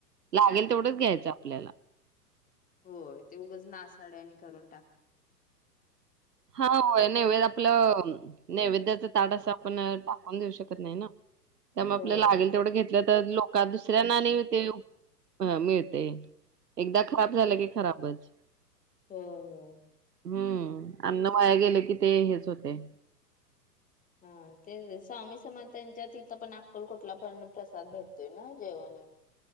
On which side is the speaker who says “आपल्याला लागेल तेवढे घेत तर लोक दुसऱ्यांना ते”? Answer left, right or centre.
Right